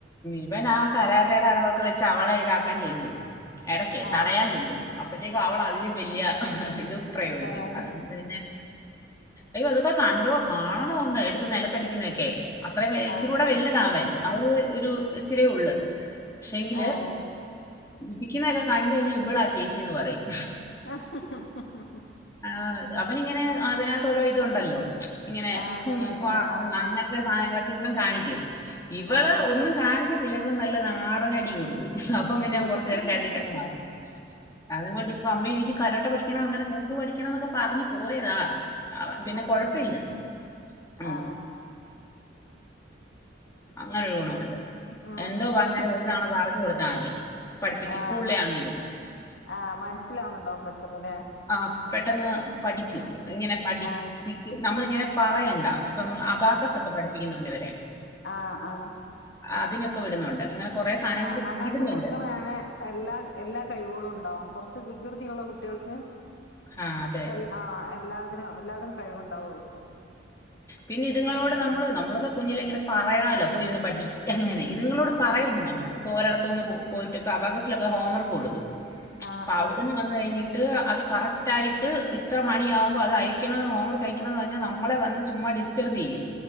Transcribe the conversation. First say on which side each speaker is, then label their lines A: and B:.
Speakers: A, on the left; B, on the left.
A: ഇവനാ കരാട്ടേടെ അടവൊക്കെ വെച്ച് അവളെ ഇതാക്കാൻ ചെല്ലും ഇടയ്ക്
B: ആഹ്
A: തടയാൻ അപ്പോഴത്തേക്ക് അവള് അതിലും വല്യ ഇത് പ്രയോഗിക്കും
B: കരാട്ട
A: അതുകൊണ്ട് പിന്നെ ഇയ്യോ അത് പ്പൊ കണ്ടോ കാണണമൊന്ന് എടുത്ത് നിലത്തടിക്കൊന്നൊക്കെ അത്രേം ച്ചിരിക്കൂടെ
B: ആഹ്
A: വല്യതാവാൻ അവള് ഒരു ഇച്ചിരിയെ ഉള്ളു പക്ഷേങ്കില്
B: ആഹ്
A: വിക്കിനോക്കെ കണ്ട് കഴ്ഞ്ഞാ ഇവളാ ചേച്ചിന്നു പറയും
B: ആഹ് <unintelligible>
A: ആ, അവനിങ്ങനെ അതിനകത്ത് ഓരോ ഇത് ഉണ്ടല്ലോ ഇങ്ങനെ
B: ആഹ്
A: ഹും
B: കരാട്ടന്റെ
A: ഹാ ഹു
B: ആഹ്
A: അങ്ങൻത്തെ
B: ആഹ്
A: സാനങ്ങളൊക്കെ ഇവൻ കാണിക്കും ഇവള്
B: ആഹ്
A: കാണിക്കത്തില്ല ഇവള് നാടൻ അടി കൊടുക്കും അപ്പം പിന്നെ
B: കൊടുക്കും
A: കൊറച്ച്നേരം കരഞ്ഞിട്ടങ്ങ് മാറും അത് കൊണ്ടിപ്പോ അമ്മേ എനിക്ക് കാരാട്ട പഠി ക്കണം അങ്ങനെ കുങ്ഫു പഠിക്കണംന്നൊക്കെ പറഞ്ഞ് പോയതാ അവൻ പിന്നെ
B: അതോ
A: കുഴപ്പമില്ല ഉം,
B: ആ
A: അങ്ങനൊരു ഗൊണമുണ്ട്
B: ഉം
A: എന്തോ
B: ഉം
A: പറഞ്ഞാലും ഒരു തവണ പറഞ്ഞു കൊടു ത്താതി പഠിപ്പിക്കും
B: ആഹ്
A: സ്കൂളിലെയാണോ
B: മനസ്
A: ഇത്?
B: ആഹ് മനസ്സിലാവുന്നുണ്ടാവും പെട്ടെന്ന്ല്ലേ
A: ആ പെട്ടന്ന് പഠിക്കും
B: ഉം
A: ങ്ങനെ പഠിപ്പിക്കും
B: ആഹ്
A: നമ്മളിങ്ങനെ പറയണ്ട പ്പം അബാക്കസൊക്കെ പഠിപ്പിക്കുന്നുണ്ടിവര്
B: ആ ആ
A: അതിനൊക്കെ വിടുന്നുണ്ട് അങ്ങനെ കൊറേ സാധനങ്ങൾക്ക്
B: ആ അങ്ങൻത്തെകാട്യളേയാണ്
A: വിടുന്നുണ്ട്.
B: എല്ലാ എല്ലാ കഴിവുകളും ഉണ്ടാവും കൊർച്ച് വി വികൃതിയുള്ള കുട്ടികൾക്ക്
A: ആ അതെ.
B: എൽ ആ എല്ലാദിനും എല്ലാദിനും കഴിവുണ്ടാവും അവർക്ക്
A: പിന്നിത്ങ്ങളോട്
B: ഉം
A: നമ്മള് നമ്മളൊക്കെ കുഞ്ഞിലേ ങ്ങനെ പറയണല്ലോ പോയിരുന്ന് പടിക്ക് അങ്ങനെ ഇതിങ്ങളോട്
B: ആഹ്
A: പറയൊന്നും
B: ആഹ്
A: വേണ്ട ഒരെടത്തൂന്ന് പോയിട്ട് പ്പൊ അബാകസിലൊക്കെ ഹോംവർക്ക് കൊടുക്കും
B: ആഹ്
A: പ്പവിടുന്ന്
B: ആഹ്
A: വന്ന് കഴിഞ്ഞാ ട്ട് അത് കറക്റ്റ് ആയിട്ട് ഇത്ര മണിയാവുമ്പോ അത് അയക്കണംന്ന് ഹോംവർക്ക് അയക്കണംന്ന് പറഞ്ഞാ ന മ്മളെ വന്ന് ചുമ്മാ ഡിസ്റ്റർബ് ചെയ്യും